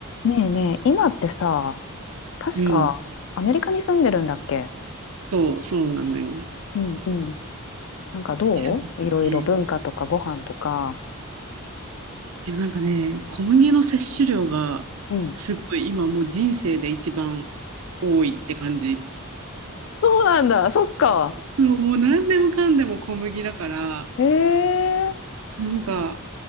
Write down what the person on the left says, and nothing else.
ねえねえ、今ってさ、確かアメリカに住んでるんだっけ
うんうん。なんかどういろいろ文化とかご飯とか。
うん。
そうなんだ、そっか。
ええ